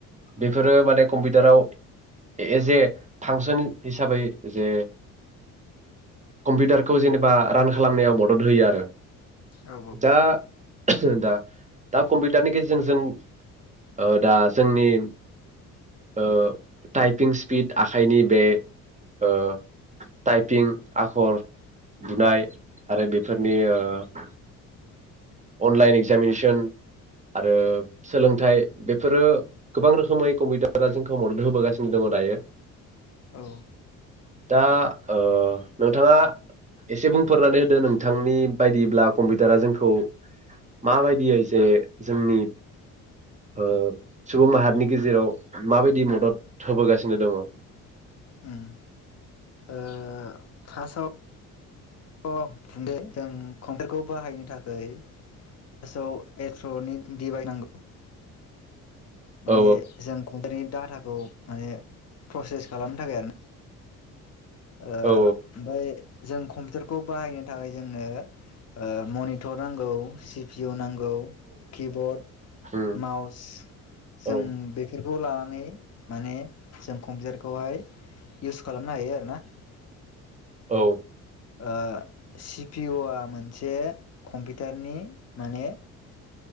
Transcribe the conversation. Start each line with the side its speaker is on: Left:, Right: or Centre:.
Right: बेफोरो माने कम्पिउटाराव एजे फांसन हिसाबै जे कम्पिउटारखौ जेनेबा रान खालामनायाव मदद होयो आरो।
Left: औ
Right: दा <unintelligible> दा दा कम्पिउटारनि गेजेरजों जों ओ दा जोंनि ओ टाइपिं स्पिड आखाइनि बे ओ टाइपिं आखर बुनाय आरो बेफोरनि ओ अनलाइन एक्जामिनेसन आरो सोलोंथाइ बेफोरो गोबां रोखोमै कम्पिउटारा जोंखौ मदद होबोगासिनो दङ दायो।
Left: औ
Right: दा ओ नोंथाङा एसे बुंफोरनानै होदो नोंथांनि बायदिब्ला कम्पिउटारा जोंखौ माबायदियै जे जोंनि ओ सुबुं माहारिनि गेजेराव माबायदि म दद होबोगासिनो दङ।
Left: उम ओ फासआव अ <unintelligible> ओं कम्पिटारखौ बाहायनो थाखैय फासआव एट्रनिक डिभाइ नांगौ माने
Right: औ
Left: जों <unintelligible> डाटाखौ माने प्रसेस खालामनो थाखाय आरो ना ओ
Right: औ
Left: ओमफाय जों कम्पिउटारखौ बाहायनो थाखाय जोंनो ओ मनिटर नांगौ सि पि अ नांगौ। औ किबर्ड
Right: उम
Left: माउस जों
Right: औ
Left: बेफोर खौ लानानै माने जों कम्पिउटारखौहाय इउस खालामनो हायो आरो ना
Right: औ।
Left: ओ सि पि उ आ मोनसे कम्पिउटारनि माने